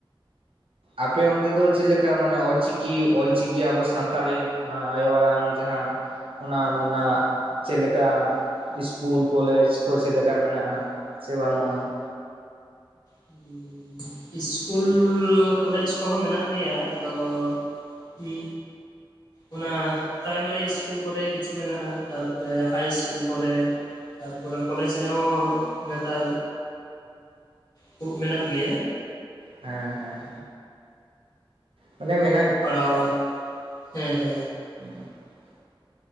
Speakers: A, on the right; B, on the left.
A: ᱟᱯᱮ ᱚᱱᱛᱮ ᱫᱚ ᱪᱮᱫ ᱞᱮᱠᱟ ᱢᱟᱱᱮ ᱚᱞᱪᱤᱠᱤ ᱚᱞᱪᱤᱠᱤ ᱟᱵᱚ ᱥᱟᱱᱛᱟᱲᱤ ᱟᱭᱳ ᱟᱲᱟᱝ ᱡᱟᱸᱦᱟᱼᱼ ᱚᱱᱟ ᱢᱮᱱᱟᱜ ᱪᱮᱫ ᱞᱮᱠᱟᱼᱼ ᱤᱥᱠᱩᱞ ᱠᱚᱞᱮᱡ ᱠᱚ ᱪᱮᱫ ᱞᱮᱠᱟ ᱢᱮᱱᱟᱜᱼᱟ ᱥᱮ ᱵᱟᱹᱱᱩᱜᱼᱟ ᱾
B: ᱦᱩᱸ ᱤᱥᱠᱩᱞ ᱠᱚᱞᱮᱡᱽ ᱠᱚᱦᱚᱸ ᱢᱮᱱᱟᱜ ᱜᱮᱭᱟ ᱟᱫᱚ ᱦᱤ ᱚᱱᱟ ᱯᱨᱟᱭᱢᱟᱨᱤ ᱤᱥᱠᱩᱞ ᱠᱚᱨᱮ ᱠᱤᱪᱷᱩ ᱢᱮᱱᱟᱜᱼᱟ ᱛᱟᱨᱯᱚᱨᱮ ᱦᱟᱭ ᱤᱥᱠᱩᱞ ᱠᱚᱨᱮ ᱛᱟᱨᱯᱚᱨᱮ ᱠᱚᱞᱮᱡ ᱨᱮᱦᱚᱸ ᱱᱮᱛᱟᱨ ᱠᱷᱩᱵ ᱢᱮᱱᱟᱜ ᱜᱮᱭᱟ᱾
A: ᱦᱮᱸ ᱦᱮᱸ ᱯᱟᱞᱮ ᱢᱟᱱᱜ
B: ᱯᱟᱲᱦᱟᱣ ᱦᱮᱸ ᱦᱮᱸ
A: <inaudible>